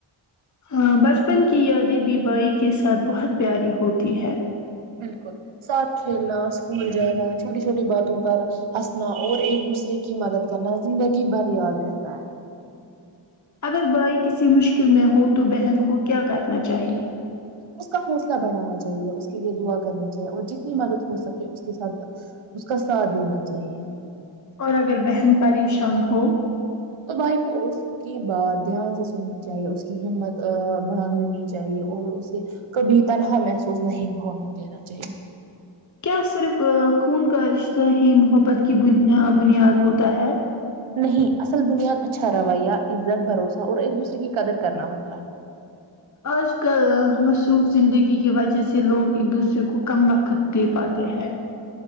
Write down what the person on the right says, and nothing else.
بالکل ساتھ کھیلنا اسکول جانا چھوٹی چھوٹی باتوں پر ہنسنا اور ایک دوسرے کی مدد کرنا زندگی بھر یاد رہتا ہے
اس کا حوصلہ بڑھانا چاہیے اس کے لیے دعا کرنی چاہیے اور جتنی مدد ہو سکے اس کے ساتھ اس کا ساتھ دینا چاہیے
تو بھائی کو اس کی بات دھیان سے سننی چاہیے اس کی ہمت باندھنی چاہیے اور اسے کبھی تنہا محسوس نہیں ہونا دینا چاہیے
نہیں اصل بنیاد اچھا رویہ عزت بھروسہ اور ایک دوسرے کی قدر کرنا ہوتا ہے